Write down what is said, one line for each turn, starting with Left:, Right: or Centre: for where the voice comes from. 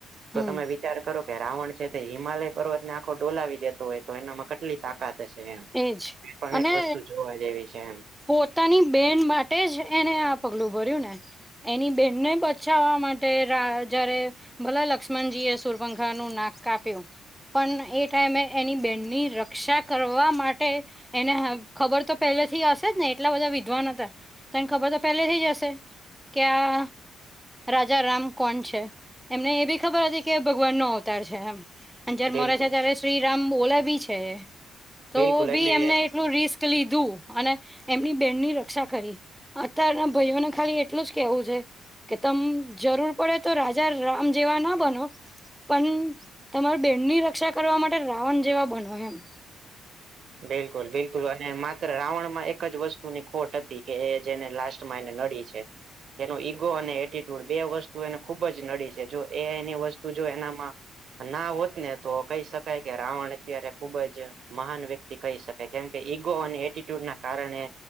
Centre: હમ
Right: તો તમે વિ ચાર કરો કે રાવણ છે તે હિમાલય પર્વતને આખો ડોલાવી દેતો હોય તો એનામાં કેટલી તશે એમ
Centre: એજ
Right: પણ
Centre: અને
Right: એક વસ્તુ જોવા જેવી છે, એમ
Centre: પોતાની બેન માટે જ એને આ પગલું ભર્યું ને એની બેનને બચાવવા માટે જયારે ભલા લક્ષ્મણજી એ સુરભખા નું નાક કાપ્યો. પણ એ ટાઈમે એની બેનની રક્ષા કર જોવા માટે એને ખબર તો પહેલે થી હશે જ ને એટલા બધા વિદ્વાન હતા. તને ખબર તો પેલે થઈ જ હશે કે આ રાજા રામ કોણ છે, એમને એ બી ખબર હતી કે ભગવાન નો અવતાર છે એમ. અ જયારે
Right: બિલકુલ
Centre: મરા છે ત્યારે શ્રીરામ બોલે બી છે. તો
Right: બિલકુલ
Centre: બી
Right: એટલે
Centre: એમને એટલું રિસ્ક લીધું, અને એમની બેનની રક્ષા કરી. અત્યારના ભાઈઓને ખાલી એટલું જ કેવું છે. કે તમ જરૂર પડે તો રાજા રામ જેવા ના બનો. પણ તમારા બેનની રક્ષા કરવા માટે રાવણ જેવા બનો એમ.
Right: બિલકુલ બિલકુલ અને માત્ર રાવણ માં એક જ વસ્તુ ની ખોટ હતી કે એ જેને લાસ્ટમાં એને નડી છે. એનો ઈગો અને એટીટ્યુડ બે વસ્તુ એને ખુબ જ નડી છે જો એની વસ્તુ જો એનામાં ના હોત ને તો કહી શકાય કે રાવણ અત્યારે ખુબ જ મહાન વ્યક્તિ કહી શકે કેમ કે ઈગો અને એટીટ્યુડ ના કારણે